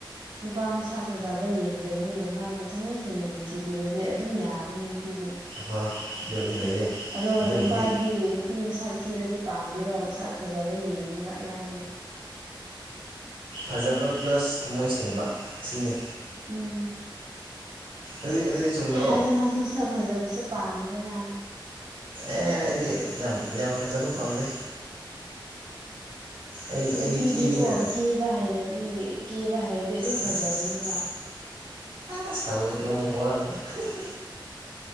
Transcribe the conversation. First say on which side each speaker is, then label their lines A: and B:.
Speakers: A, on the right (about 55°); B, on the right (about 85°).
A: ꯅꯨꯄꯥ ꯃꯁꯛ ꯐꯖꯕ ꯌꯦꯡꯗꯕꯅꯦ ꯃꯥꯕꯨ ꯊꯝꯃꯣꯏ ꯁꯦꯡꯅ ꯅꯨꯡꯁꯤꯕꯤꯔꯗꯤ ꯑꯗꯨꯝ ꯌꯥꯕꯅꯦ ꯅꯨꯄꯤꯗꯤ
B: ꯑꯗꯨꯕꯨꯗꯤ ꯂꯩꯌꯦ
A: ꯑꯗꯣ
B: ꯑꯗꯨꯕꯨꯗꯤ
A: ꯅꯨꯄꯥꯗꯤ ꯅꯨ ꯄꯤ ꯃꯁꯛ ꯊꯤꯔꯗꯤ ꯄꯥꯝꯗꯦꯕ ꯃꯁꯛ ꯐꯖꯕ ꯌꯦꯡꯉꯤꯕ ꯑꯌꯥꯝꯕꯅ
B: ꯐꯖꯕ ꯄ꯭ꯂꯁ ꯊꯝꯃꯣꯏ ꯁꯦꯡꯕ ꯁꯤꯅꯤ
A: ꯎꯝ
B: ꯑꯗꯨꯗꯤ ꯑꯗꯨꯗꯤ ꯆꯨꯝꯗ꯭ꯔꯣ
A: ꯑꯗꯨ ꯅꯪꯁꯨ ꯃꯁꯛ ꯐꯖꯕꯁꯨ ꯄꯥꯝꯃꯤꯗꯅ
B: ꯑꯦ ꯑꯩꯗꯤ ꯌꯥꯝ ꯌꯥꯝ ꯐꯖꯕ ꯄꯥꯝꯗꯦ ꯑꯩ
A: ꯅꯨꯄꯤꯗꯤꯀꯣ
B: ꯑꯩꯗꯤ ꯊꯤꯕꯅꯤꯅ
A: ꯀꯦꯕ ꯍꯩꯔꯗꯤ ꯀꯦꯕ ꯍꯩꯔꯗꯤ ꯑꯗꯨꯝ ꯐꯖꯕꯅꯦꯕ
B: ꯑꯁ ꯑꯁ ꯑꯁ ꯍꯩꯔꯦ ꯇꯨ <unintelligible>